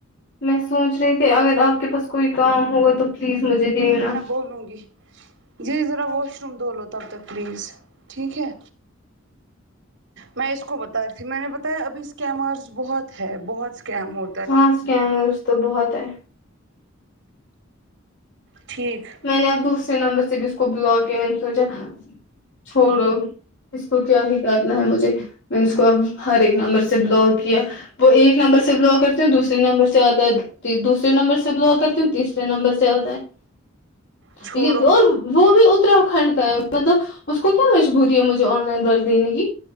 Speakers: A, on the left (about 60°); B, on the right (about 60°).
A: میں سوچ رہی تھی اگر آپ کے پاس کوئی کام ہوگا تو پلیز مجھے دینا
B: بوولوگی جی ذرا واش روم د لو تب تک پلیز ٹھیک ہے میں اس کو بتا رہ تھی میں نے بتایا ابھی اسکیمرز بہت ہے بہت اسکیم ہو
A: ہاں اسکینرس تو بہت ہے
B: ٹھیک
A: میں نے اب دوسرے نمبر سے بھی اس کو بلاک کیا میں نے سوچا چھوڑو اس کو کیا ہی کرنا ہے مجھے میں اس کو اب ہر ایک نمبر سے بلاک کیا وہ ایک نمبر سے بلاگ کرتے ہیں دوسے نمبر سے آتا ہے دوسرے نمبر سے بلا کرتی ہوں تیسرے نمبر سے آتا ہے
B: چھوڑو
A: یہ اور وہ بھی اتراکھنڈ کا ہے مطلب اس کو کیا مجبوری ہے مجھے آن لائن بس دینے کی